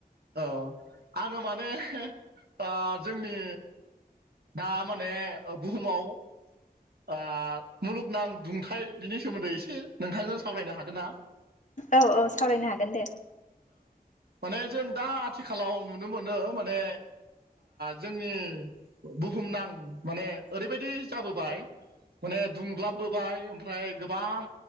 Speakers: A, on the right; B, on the left.
A: औ आङो माने ओ जोंनि दा माने ओ बुहुमाव ओ मुलुगनां दुंथाय बिनि सोमोन्दै एसे नोंथांजों सावरायनो हागोन ना?
B: औ औ सावरायनो हागोन दे।
A: माने जों दा आथिखालाव नुनो मोनो माने जोंनि बुहुमनां माने ओरैबायदि जाबोबाय माने दुंग्लाबबोबाय ओमफ्राय गोबां